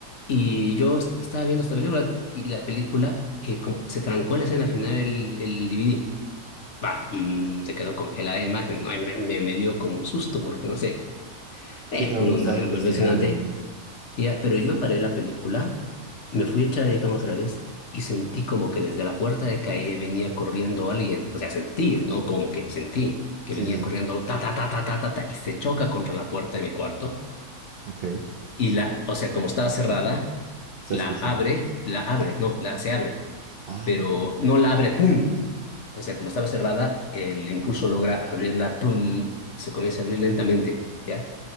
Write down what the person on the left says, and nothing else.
Y yo est- estaba viendo esta película y la película eh, como se trancó en la escena final el, el DVD. Bah, mm, se quedó congelada la imagen. Ay, me, me, me dio como susto porque no sé.
Eh,
uno
anda
medio
convencionante
ya, pero yo paré la película, me fui a echar de cama otra vez y sentí como que desde la puerta de calle venía corriendo alguien. O sea, sentí, ¿no? Como que sentí que
venía
corriendo
ta, ta, ta, ta, ta, ta, ta, y se choca contra la puerta de mi cuarto.
Y la, o sea, como estaba cerrada,
la
abre, la abre,
no, la, se abre,
pero
no la abre, ¡pum! O sea, como estaba cerrada, el impulso logra abrirla, ¡pum! Se comienza a abrir lentamente, ¿ya?